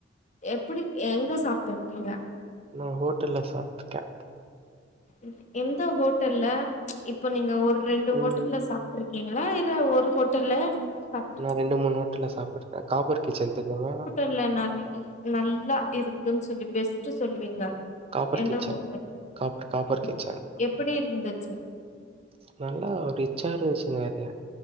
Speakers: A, on the left; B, on the right.
A: எப்பிடி எ எங்க சாப்ட்டுருக்கீங்க?
B: நா ஹோட்டெல்ல சாப்ட்டுக்கே.
A: இவ் எந்த ஹோட்டல்ல? இப்போ நீங்க ஒர் ரெண்டு
B: ம்
A: ஹோட்டல்ல சாப்ட்ருக்கிங்களா இல்ல ஒரு ஹோட்டெல்ல சாப்ட்ர்
B: ரெண்டு மூணு ஹோட்டல்ல சாப்புருக்கே. காப்பர் கிச்சன் தெரியுமா?
A: இல்ல நறிய் நல்லா இருக்குன் சொல்லி பெஸ்ட்டு சொல்லுவீங்க.
B: காப்பர்
A: எந்த
B: கிச்சன்
A: ஹோட்டல்?
B: காப்பர் காப்பர் கிச்சன்.
A: எ எப்பிடி இருந்துச்சு?
B: நல்லா ரிச்சா இருஞ்ச்சுங்க அது.